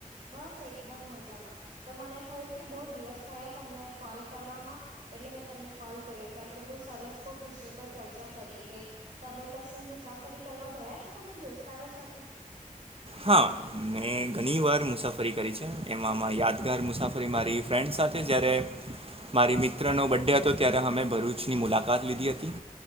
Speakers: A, on the right; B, on the right.
A: બસ એકદમ મજામાં. તો મને થયું કે બહુ દિવસ થયા તમને કોલ કરવામાં. એટલે મેં તમને કોલ કર્યો, કે આપણે બહુ સરસ કોક વિષય પર ચર્ચા કરીએ કે તમે કશે મુસાફરી કરવા ગયા છો તમે દોસ્તારો સાથે?
B: હા. મેં ઘની વાર મુસાફરી કરી છે. એમાં માં યાદગાર મુસાફરી મારી ફ્રેન્ડસ સાથે જ્યારે મારી મિત્રનો બડે હતો ત્યારે અમે ભરૂચની મુલાકાત લીધી હતી.